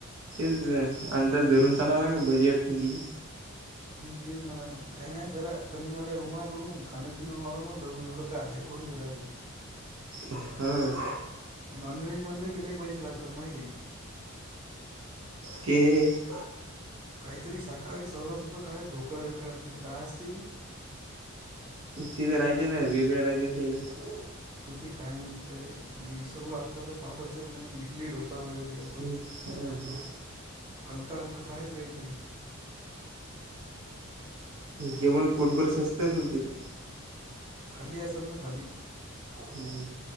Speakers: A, on the right; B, on the right.
A: तेच अंदाज धरून चालावं लाग, बजेट गिजे
B: हम्, तेच म्हणालो. काही नाही जरा, कमीवाल्या रुमा करू. खाणं -पिणं नॉर्मल धरू. एवढं काय. थोडीच रहायचं.
A: <inaudible> ह.
B: नॉनव्हेज मनलं की, लय पैसे लागतात. माहितीय का?
A: ते य.
B: काहीतरी शाकाहारी सज सुद्धा खा ढोकळ्या विकळ्या तिथे काय असते ते
A: तिथं राहते ना वेगळे राहते तेथं
B: होती काय म्हण त्याले म इसरूला आत्ता तर पाठवत म इडली डोसा वगैरे अस
A: ह हा ह
B: हलका हलका खायच काहीतरी
A: जेवण पोटभर शस्त असेल तिथं
B: खाली असेल ना थाली
A: हम्म